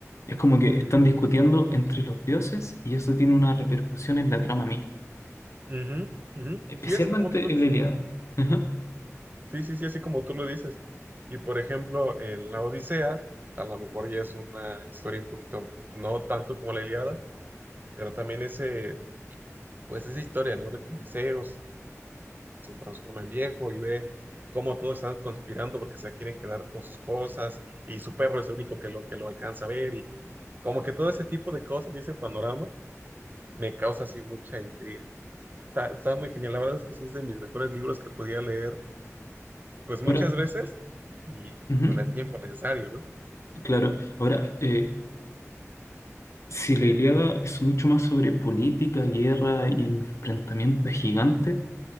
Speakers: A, on the left (about 60°); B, on the right (about 35°).
A: Es como que
B: ujú,
A: están discutiendo entre los dioses y eso tiene una repercusión en la trama misma,
B: ujú, ujú.
A: especialmente
B: Sí, así como tú lo dices.
A: en la Ilíada. Ajá.
B: Sí, sí, sí, así como tú lo dices. Y por ejemplo, en la Odisea, a lo mejor ya es una historia un poquito, no tanto como la Ilíada, pero también ese, pues esa historia, ¿no? De que Odiseo se transforma en viejo y ve cómo todos están conspirando porque se quieren quedar con sus cosas y, y su perro es el único que lo, que lo alcanza a ver y como que todo ese tipo de cosas y ese panorama me causa así mucha intriga. Está, está muy genial, la verdad es que sí es de mis mejores libros que podía leer pues muchas
A: Ahora,
B: veces y
A: Ujú,
B: con el tiempo necesario, ¿no?
A: Claro, ahora, eh, si la Ilíada es mucho más sobre política, guerra y enfrentamientos gigantes,